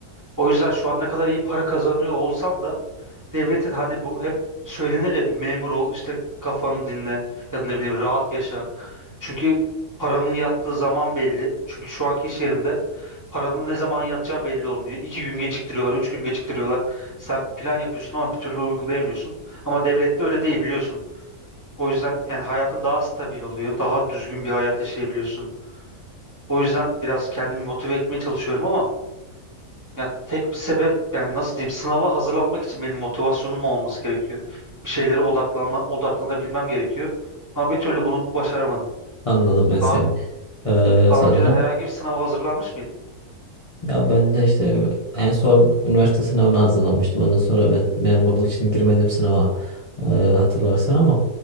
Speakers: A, on the right; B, on the left.
A: O yüzden şu an ne kadar iyi para kazanıyor olsam da devletin hani bu hep söylenir ya bir memur ol işte kafanı dinle ya da ne bileyim rahat yaşa. Çünkü paranın yattığı zaman belli. Çünkü şu anki iş yerimde paranın ne zaman yatacağı belli olmuyor. İki gün geciktiriyorlar, üç gün geciktiriyorlar. Sen bir plan yapıyorsun ama bir türlü uygulayamıyorsun. Ama devlette öyle değil biliyorsun. O yüzden yani hayatın daha stabil oluyor. Daha düzgün bir hayat yaşayabiliyorsun. O yüzden biraz kendimi motive etmeye çalışıyorum ama yani tek bir sebep yani nasıl diyeyim sınava hazırlanmak için benim motivasyonum olması gerekiyor. Bir şeylere odaklanma, odaklanabilmem gerekiyor. Ama bir türlü bunu başaramadım.
B: Anladım ben seni.
A: Daha
B: Ee,
A: Daha
B: sanırım.
A: önceden herhangi bir sınava hazırlanmış mıydın?
B: Ya ben de işte en son üniversite sınavına hazırlanmıştım. Ondan sonra ben memurluk için girmedim sınava e, hatırlarsan ama